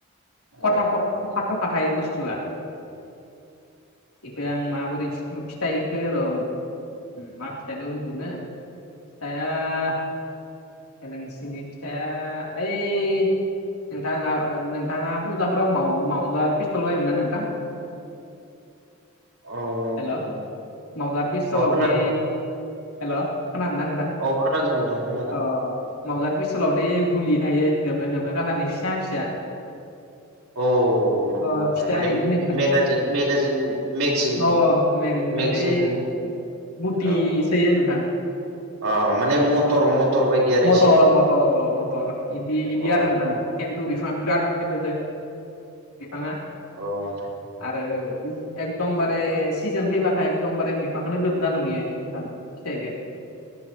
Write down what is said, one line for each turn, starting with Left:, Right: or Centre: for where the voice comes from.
Right: अ
Left: खथा खथ थखा थखा थायो बस्थुआ बेखौ आं माबोरै फिथाइखौ र' मा फिथाइ रुहुनो। फिथाइआ जेलें सिनि फिथाइआ ओइ नोंथाङा नोंथाङा फुजाफोराव माव-मावजार पिस्थल बायोमोन ना नोंथां?
Right: औ नोंथां
Left: हेल' मावजार पिस्थलावदि
Right: अ खोनादों
Left: हेल' खोनादों ना नोंथां?
Right: अ खोनादों नोंथां खोनादों।
Left: अ मावजार पिस्थलावदे गुलि थायो गोमो गोमो खालारनि फिसा फिसा।
Right: औ नंगौ
Left: अ
Right: नोंथां
Left: फिथा
Right: माने
Left: इदि नोंथां।
Right: मेगाजिन मेगाजिन मेगजिन
Left: अ मेगाजिनाव
Right: मेगजिन
Left: दे बुटि
Right: औ
Left: सोयो नोंथां।
Right: अ माने मटर
Left: अ
Right: मटर बायदि आरो
Left: मतर
Right: एसे
Left: मत-मतर इदि इयारां
Right: अ
Left: खन्थु बिफांङा बिराद बिफांङा
Right: औ दे
Left: आरो एकदमबारे सिजोन फैबाथाय एखदमबारे बिफांखौो गोजा नुयो नोंथां <unintelligible>